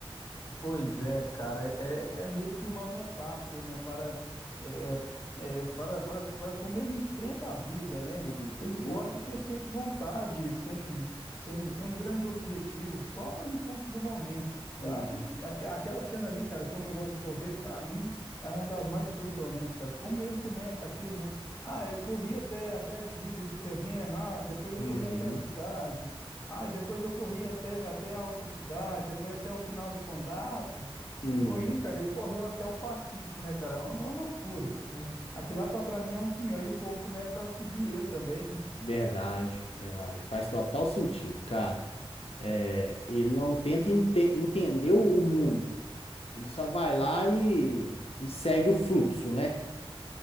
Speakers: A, on the left (about 25°); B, on the left (about 85°).
A: Pois é, cara, é, é meio que uma metáfora, né, para, é, é, é, para, para, para como ele enfrenta a vida, né?
B: Uhum,
A: Ele corre porque sente vontade, sem, sem, sem um grande objetivo, só o impulso do momento.
B: uhum,
A: Eu acho aque- aquela cena ali, cara, como eu gosto de correr, para mim é uma das mais impressionantes, cara. Como ele começa aquilo, né? Ah, eu corri até, até a divisa do terreno, ah, depois
B: uhum,
A: eu corri até a cidade. Ah, e depois eu corri até, até a outra cidade, depois até o final do condado,
B: uhum.
A: e foi indo, cara, ele correu até o Pacífico, né, cara? É uma, uma loucura. Aqui lá pra pra mim é um dos melhores, e o povo começa a seguir ele também, né?
B: Verdade, verdade. Faz total sentido, cara. É, ele não tenta ente- entender o o mundo. Ele só vai lá e, e segue o fluxo, né?